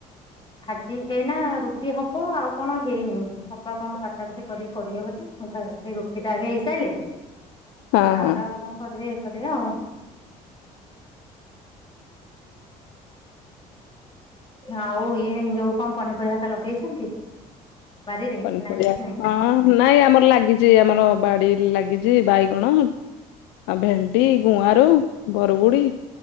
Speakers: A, on the left; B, on the left.
A: ଆଜି ଏଇ ନା ରୁଟି ହବ ଆଉ କଣ ହେଇନି ହବା କଣ କାଟା କୁଟି କରିକି କରିବି ପଛେ ଆଗ ରୁଟି ଟା ଆଗେ ହେଇସାରିଲେ ତାପରେ
B: ହଁ ହଁ
A: ଆଉ କଣ କରିବି ଏକଟେ ଆଉ। ଆଉ ଇଏ ଯୋଉ କଣ ପନିପରିବା ଲଗେଇଛନ୍ତି ବାରିରେ
B: ପନିପରିବା
A: ନା କିଛି ନାଇଁ?
B: ହଁ ନାଇଁ ଆମର ଲାଗିଛି ଆମର ବାଡିରେ ଲାଗିଛି ବାଇଗଣ, ଆଉ ଭେ ଣ୍ଡି, ଗୁଆଁର, ବରଗୁଡି